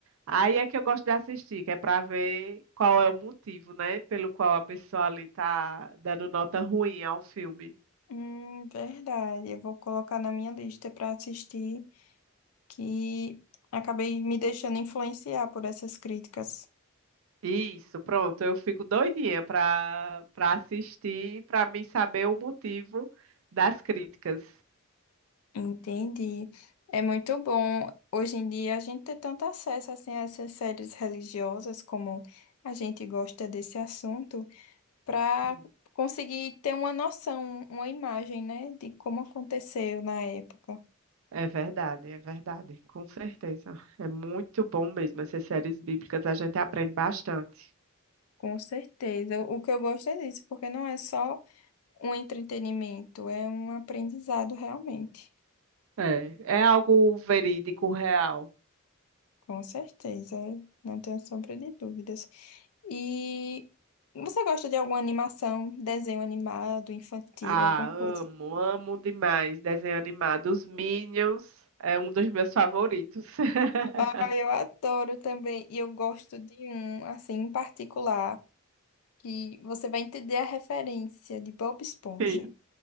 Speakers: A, on the right (about 65°); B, on the left (about 80°).
A: Aí é que eu gosto de assistir, que é para ver qual é o motivo, né, pelo qual a pessoa ali tá dando nota ruim ao filme.
B: Hum, verdade. Eu vou colocar na minha lista para assistir, que acabei me deixando influenciar por essas críticas.
A: Isso, pronto. Eu fico doidinha para para assistir, para mim saber o motivo das críticas.
B: Entendi. É muito bom. Hoje em dia a gente ter tanto acesso assim, a essas séries religiosas, como a gente gosta desse assunto, para
A: Sim,
B: conseguir ter uma noção, uma imagem, né, de como aconteceu na época.
A: é verdade, é verdade, com certeza. É muito bom mesmo essas séries bíblicas, a gente aprende bastante.
B: Com certeza. O que eu gosto é disso, porque não é só um entretenimento, é um aprendizado realmente.
A: É, é algo verídico, real.
B: Com certeza, não tenho sombra de dúvidas. E você gosta de alguma animação, desenho animado, infantil,
A: Ah,
B: alguma coisa?
A: amo, amo demais desenho animado. Os Minions é um dos meus favoritos. <laughs>
B: Ah, eu adoro também. E eu gosto de um, assim, em particular, que você vai entender a referência de Bob Esponja.
A: Sim.